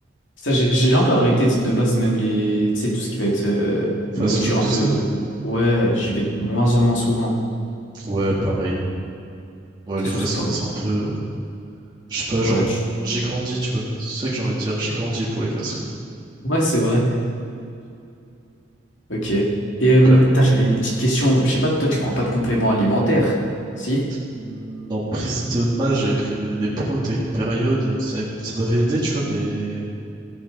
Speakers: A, on the left; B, on the right.
A: ça, j'ai j'ai un peu arrêté de de base, même les, tu sais, tout ce qui va être euh,
B: Fast
A: nourriture
B: food,
A: un
B: tout
A: peu.
B: ça.
A: Ouais, j'y vais de moins en moins souvent.
B: Ouais, pareil. Ouais,
A: De
B: les
A: toute façon,
B: fast
A: c'est pas
B: food,
A: bon.
B: c'est un peu. Je sais pas, genre,
A: Ouais, tu...
B: on- j'ai grandi, tu vois. C'est ça que j'ai envie de dire. J'ai grandi pour les fast-food.
A: ouais, c'est vrai. Ok. Et euh,
B: Puis, euh,
A: putain, j'avais une petite question. Je sais pas, toi, tu prends pas de compléments alimentaires, si?
B: hmm, en prise de masse, j'avais pris des, des protes à une période. Ça, ça m'avait aidé, tu vois, mais